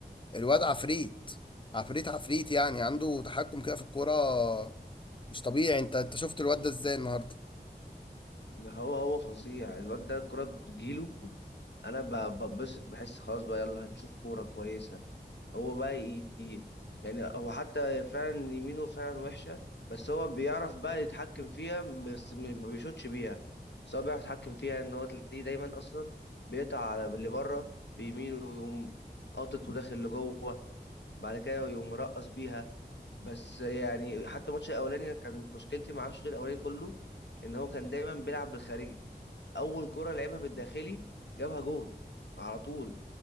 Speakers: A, on the left (about 30°); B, on the left (about 85°).
A: الواد عفريت عفريت عفريت يعني عنده تحكم كده في الكوره مش طبيعي انت انت شفت الواد ده ازاي النهارده
B: ده هو هو فظيع الواد ده الكرة بتجيله انا ب- ببسط بحس خلاص بقى يلا هنشوف كوره كويسه هو بقى ي... ي- يعني هو حتى فعلا يمينه فعلا وحشه بس هو بيعرف بقى يتحكم فيها بس م- ما بيشوطش بيها بس هو بيعرف يتحكم فيها ان هو تلاقيه دايما اصلا بيقطع على اللي بره بيمينه ويقوم قاطط وداخل لجوه بعد كده يقوم مرقص بيها بس يعني حتى الماتش الاولاني كان مشكلتي مع الشوط الاولاني كله ان هو كان دايما بيلعب بالخارجي اول كرة لعبها بالداخلي جابها جون على طول